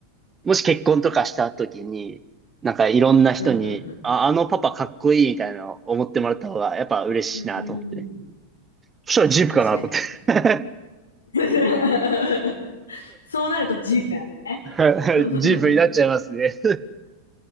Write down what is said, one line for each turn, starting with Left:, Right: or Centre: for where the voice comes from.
Right: もし結婚とかした時に、なんかいろんな人に、
Left: うんうんうん。
Right: あ、あのパパかっこいいみたいなのを思ってもらった方が、やっぱ嬉しいなと思ってね。
Left: うんうんうん。
Right: そしたらジープかなと思っ
Left: 確かに。
Right: て。
Left: <laughs> そうなると G だよね。
Right: <laughs>
Left: <laughs>
Right: ジープになっちゃいますね。